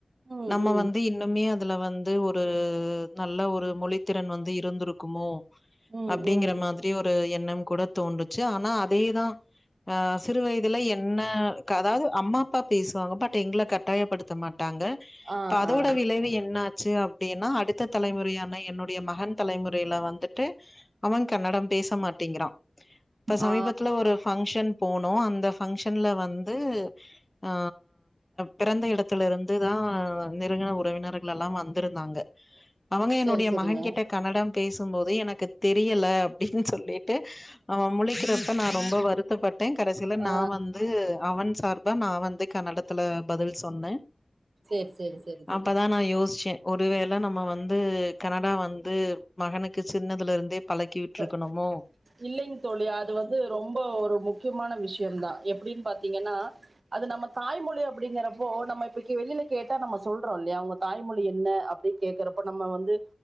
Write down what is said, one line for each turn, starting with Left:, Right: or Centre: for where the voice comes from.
Right: ம்
Left: நம்ம
Right: ம்
Left: வந்து இன்னுமே அ இதுலா வந்து ஒரு நல்ல ஒரு மொழி திறன் இருந்திருக்குமோ
Right: ம்
Left: அப்டிங்கிற
Right: ம்
Left: மாரி ஒரு எண்ணம் கூட தோன்றுச்சி ஆன அதேதா ஆ சிரு வயதுலா என்னா கதாவது அம்மா அப்பா பேசுவாங்கா பட் எங்களக ட்டாயபடுத்தமாட்டங்க
Right: ஆ
Left: இப்ப அதோட
Right: ஆ
Left: விளைவு என்னா ச்சி அப்டினா அடுத்த தலைமுறையான என்னுடைய மகன்க தலைமுறைல வந்துட்டு அவன் கன்னடம் பேசமாட்டிங்கிறா ப்பா சமீபத்துல
Right: ஆ
Left: ஒரு ஃபங்ஷன் போன் நோவந் ந்தா ஃபங்ஷன்ல வந் து ஆ பிறந்த இடத்துல இருந்துதா நெறுங்கன உறவினர்கள் எல்லா வந்திருந்தாங்க அவங்க என்னுடைய
Right: சரி சரிங்க
Left: மகன் கிட்ட கன்னடம் பேசும்போது எனக்கு தெரியல அப்டி னு சொல்லிட்டு அவ முழிக்கிறப்ப நா ரொம்ப வருத்தப்பட் டே கடைசியில
Right: ஆ
Left: நா வந்து ன் சார்பா நா வந்து கன்னடத்துல பதில் சொன்னே
Right: சரி சரி சரி சரி
Left: அப்பதா நா யோசிச்சே ஒருவேளை நம்ம வந் து கன்னடா வந்து மகனுக்கு சின்னதுல இருந்தே பழக்கி விட்ருக்கணுமோ
Right: த இல்லைங் தோழி அது வந்து ரொம்ப ஒரு முக்கியமான விஷ்யோ தா எப்பிடின் பாத் திங்கன்னா அது நம்ம தாய்மொழி அப்பிடிங்கறப்போ நம்ம இப்பக்கி வெளியில கேட்டா நம்ம சொல்றோ இல்லையா உங்க தாய்மொழி என்ன அப்டி கேக்கறப்போ நம்ம வந்து